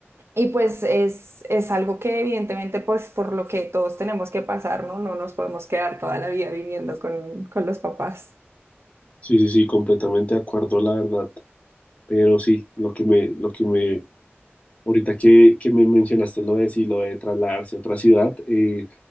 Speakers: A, on the right (about 75°); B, on the left (about 30°).
A: y pues es, es algo que evidentemente pues por lo que todos tenemos que pasar, ¿no? No nos podemos quedar toda la vida viviendo con, con los papás.
B: Sí, sí, sí, completamente de acuerdo, la verdad. Pero sí, lo que me, lo que me Ahorita que, que me mencionaste lo de si lo de trasladarse a otra ciudad, eh,